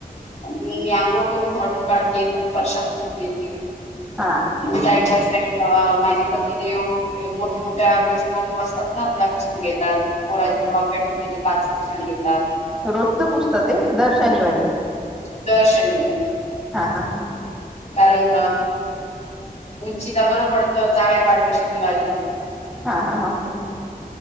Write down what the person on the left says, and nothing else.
मग आंघोळ करून झाडून काढते मग फर्शा पुसून घेते
साईड बाय साईड माझे पती देेव मोठ्या मोठ्या विंडो असतात ना त्या पुसून घेतात पोराच्या टॉफ्या ठेवलेले काच पुसून घेतात
दर्शन वर
कारण उंचीला बरं पडतं जाळ्या काढण शनीवारीली